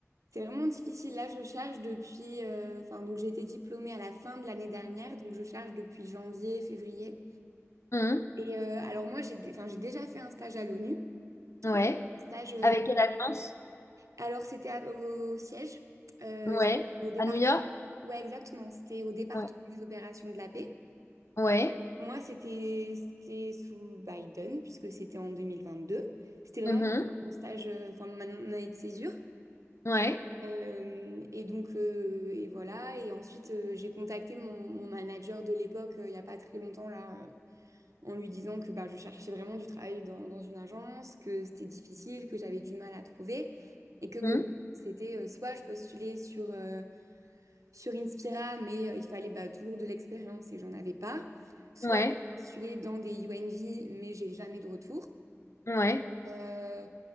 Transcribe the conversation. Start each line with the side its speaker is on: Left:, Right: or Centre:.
Right: c'est vraiment difficile. Là, je charge depuis, euh, enfin donc j'ai été diplômée à la fin de l'année dernière, donc je charge depuis janvier, février.
Left: Mhm.
Right: Et euh, alors moi j'ai, dé- enfin j'ai déjà fait un stage à l'ONU.
Left: Ouais.
Right: J'ai fait Un stage, euh,
Left: Avec quelle agence?
Right: alors c'était à- au siège, euh,
Left: Ouais.
Right: au département.
Left: À New York?
Right: Ouais, exactement. C'était au département
Left: Ouais.
Right: des opérations de la paix.
Left: Ouais.
Right: Moi, c'était c'était sous Biden, puisque c'était en 2022. C'était vraiment
Left: Mhm.
Right: pour mon stage, euh, enfin ma- mon année de césure.
Left: Ouais.
Right: Euh, et donc, euh, et voilà. Et ensuite, euh, j'ai contacté mon, mon manager de l'époque, euh, il n'y a pas très longtemps, là, euh, en lui disant que bah, je cherchais vraiment du travail dans, dans une agence, que c'était difficile, que j'avais du mal à trouver. Et que globalement,
Left: Mhm.
Right: c'était euh, soit je postulais sur euh, sur Inspira, mais euh, il fallait bah, toujours de l'expérience et j'en avais pas. Soit
Left: Ouais.
Right: j'ai postulé dans des UNV, mais j'ai jamais de retour.
Left: Ouais.
Right: Euh,